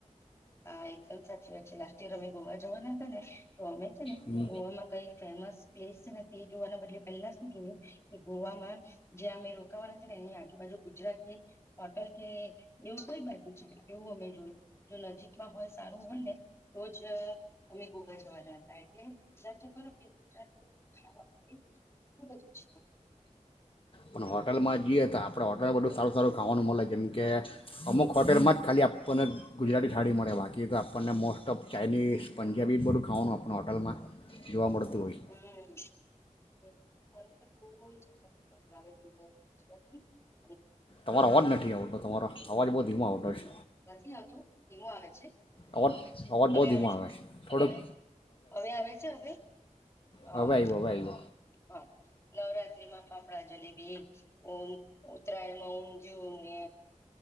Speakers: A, on the left (about 20°); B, on the left (about 45°).
A: હા એકદમ સાચી વાત છે લાસસ્ટ યર અમે ગોવા જવાના હતા ને તો અમે છે ને
B: હમ
A: ગોવામાં કઈ ફેમસ પ્લેસ નથી જોવાના બદલે પહેલા શું જોયું કે ગોવામાં જ્યાં અમે રો રોકાવાના છે ને એની આજુબજુ ગુજરાત ને હોટલ કે એવું કઈ બાજુ છે એવું અમે જોય જો નજીક મ ભોઈમાં સારું હો ને તો જ અમે ગોવા જવાના હતા એટલે ગુજરાતી તો <unintelligible> ગુજરાતીઓ ખાવાનું કેટલું બધું છે
B: પણ હોટલમાં જઈએ તો આપણા હોટલમાં બધું સારું સારું ખાવાનું મળે જેમ કે અમુક હોટલમાં જ ખાલી આપણને ગુજરાતી થાળી મળે બાકી તો આપણને મોસ્ટ ઓફ ચાઇનીઝ પંજાબી બધું ખાવાનું આપણ હોટલમાં જોવા મળતું
A: હમ્મ
B: હોય
A: <inaudible> <unintelligible> દિવસ
B: તમારો અવાજ નથી આવતો તમારો અવાજ બહુ ધીમો આવતો છે
A: નથી આવતું ધીમુ આવે છે
B: અવાજ અવાજ
A: હવે
B: બહુ ધીમો
A: આવે છે
B: થોડુંક
A: હવે હવે આવે છે હવે હા
B: હવે આવ્યો હવે આવ્યો
A: હા નવરાત્રી માં ફાપડા જલેબી <unintelligible> ઉત્તરાયણમાં ઊંધયું ને